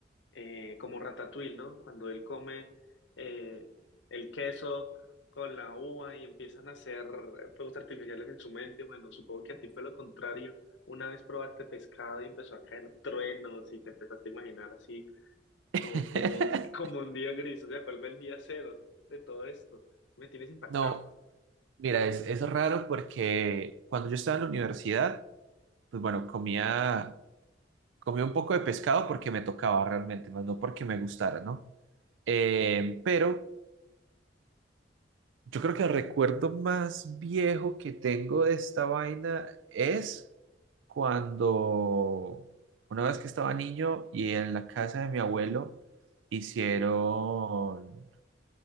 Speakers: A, on the left; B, on the right.
A: eh, como Ratatouille, ¿no? Cuando él come eh, el queso con la uva y empiezan a hacer fuegos artificiales en su mente. Bueno, supongo que a ti fue lo contrario. Una vez probaste pescado y empezó a caer truenos y te empezaste a imaginar así como,
B: <laughs>
A: como un, <laughs> como un día gris. O sea, ¿cuál fue el día cero de todo esto? Me tienes impactado.
B: No, mira, es, es raro porque cuando yo estaba en la universidad, pues bueno, comía, comía un poco de pescado porque me tocaba realmente, más no porque me gustara, ¿no? Eh, pero Yo creo que el recuerdo más viejo que tengo de esta vaina es cuando una vez que estaba niño y en la casa de mi abuelo hicieron